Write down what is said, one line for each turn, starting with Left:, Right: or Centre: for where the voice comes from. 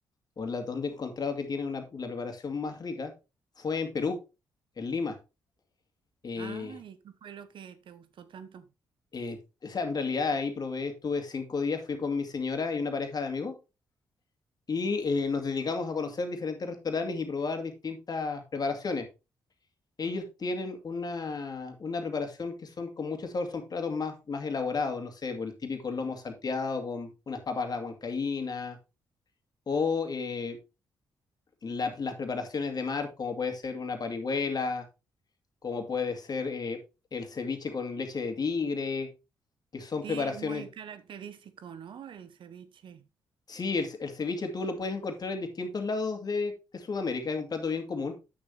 Left: o la donde he encontrado que tiene una, la preparación más rica, fue en Perú, en Lima. Eh,
Right: Ah, ¿y qué fue lo que te gustó tanto?
Left: eh, o sea, en realidad ahí probé, estuve cinco días, fui con mi señora y una pareja de amigos y eh, nos dedicamos a conocer diferentes restaurantes y probar distintas preparaciones. Ellos tienen una, una preparación que son con mucho sabor, son platos más, más elaborados, no sé, por el típico lomo salteado con unas papas a la huancaína o eh, la- las preparaciones de mar, como puede ser una parihuela, como puede ser eh, el ceviche con leche de tigre, que son
Right: Sí,
Left: preparaciones.
Right: es muy característico, ¿no? El ceviche.
Left: Sí, el, el ceviche tú lo puedes encontrar en distintos lados de de Sudamérica, es un plato bien común